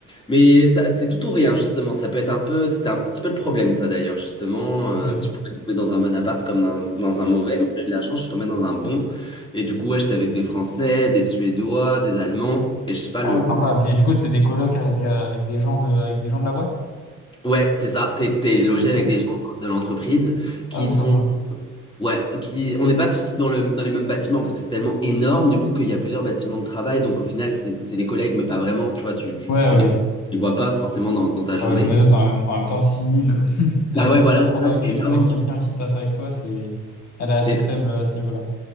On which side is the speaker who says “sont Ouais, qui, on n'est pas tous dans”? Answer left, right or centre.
Left